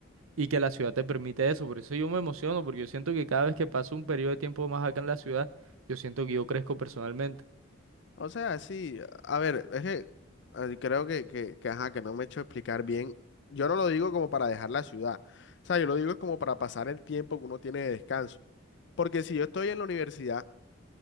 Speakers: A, on the right; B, on the left.
A: y que la ciudad te permite eso. Por eso yo me emociono, porque yo siento que cada vez que paso un periodo de tiempo más acá en la ciudad, yo siento que yo crezco personalmente.
B: O sea, sí, a ver, es que ah, creo que, que, que, ajá, que no me he hecho explicar bien. Yo no lo digo como para dejar la ciudad. O sea, yo lo digo es como para pasar el tiempo que uno tiene de descanso. Porque si yo estoy en la universidad